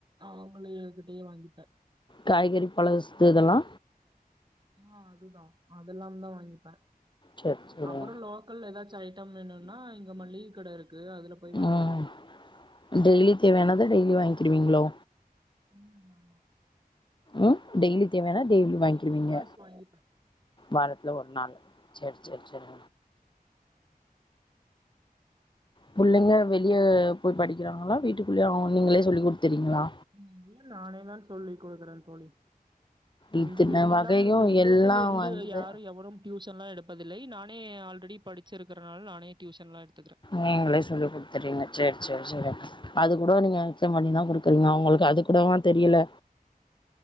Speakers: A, on the right; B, on the left.
A: அவுங்களேயேகிட்டயே வாங்கிப்பே
B: காய்கறி பழ வஸ்து இதலா
A: ஆ அதுதா அதெல்லாம்தா வங்கிப்பே
B: சேர் சேரி
A: அப்புறோ லோ க்கல் ஏதாச்சு ஐட்டம் வேணுனா இங்க மல்லிக கடை இருக்கு அதுல போய் வாங்கிப்பே
B: ம் டெய்லி தேவையானத டெய்லி வாங்கீடுவீங்ளோ
A: உம் ஆமா
B: உம் டெய்லி தேவையானா டெய்லியு
A: வீக்லி
B: வாங்கீடுவீங்க
A: ஒன்ஸ் வாங்கிப்பே
B: வாரத்துல ஒரு நாள் சேர் சேர் சேர் புள்ளைங்க வெளிய போய் படிக்கிறாங்களா வீட்டுக்குள்ளயே அவுங் நீங்களே சொல்லி் குடுத்துறீங்களா
A: இல்ல நானே தா சொல்லி குடுக்குறேன் தோழி இங்கு
B: இத்தன
A: வெளியல்லாம்
B: வகையு
A: இந்த வில்லேஜில்
B: எல்லா
A: எங்க
B: வந்து
A: யாரும் எவரும் டியூஷன்லா எடுப்பதில்லை நானே ஆல்ரெடி படிச்சிருக்கிறனால் நானே டியூஷன்லா எடுத்துக்கிறே
B: நீங்களே சொல்லி குடுத்துறீங்க சேர் சேர் சேரி அது கூட நீங்க மிச்சம் பண்ணிதா குடுக்குறீங்க அவுங்களுக்கு அது கூடவா தெரியல